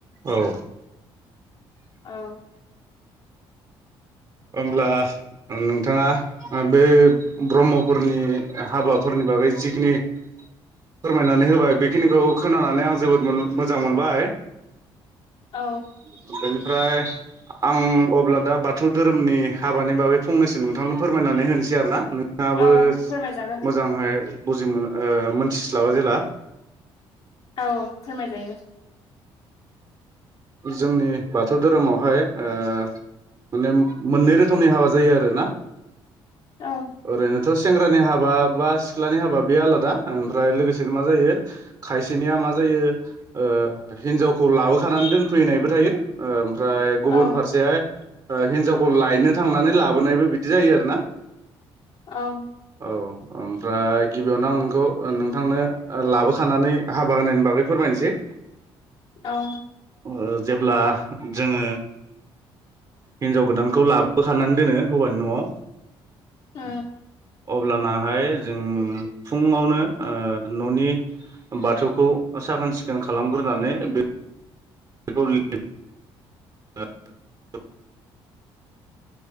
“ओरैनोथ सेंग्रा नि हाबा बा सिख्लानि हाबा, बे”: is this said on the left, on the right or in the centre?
Right